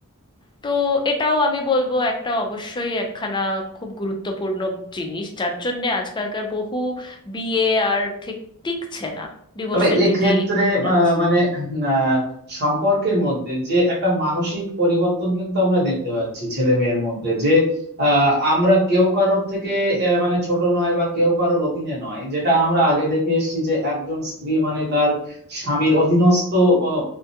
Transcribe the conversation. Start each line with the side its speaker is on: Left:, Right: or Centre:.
Left: তো এটাও আমি বলবো একটা অবশ্যই একখানা খুব গুরুত্বপূর্ণ জিনিস যার জন্যে আজকালকার বহু বিয়ে আর ঠিক টিকছে না ডিভোর্সের
Right: তবে এক্ষেত্রে
Left: দিকেই যাচ্ছে
Right: আহ, মানে আহ, সম্পর্কের মধ্যে যে একটা মানসিক পরিবর্তন কিন্তু আমরা দেখতে পাচ্ছি ছেলে মেয়ের মধ্যে যে আহ, আমরা কেউ কারোর থেকে আহ, মানে ছোট নয় বা কেউ কারোর অধীনে নয় যেটা আমরা আগে দেখে এসেছি যে একজন স্ত্রী মানে তার স্বামীর অধীনস্থ আহ,